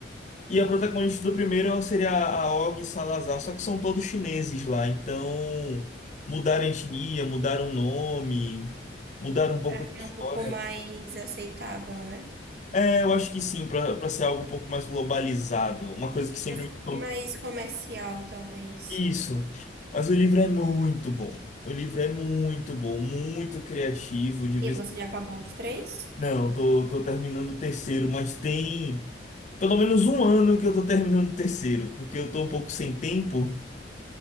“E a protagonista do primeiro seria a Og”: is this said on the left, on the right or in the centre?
Left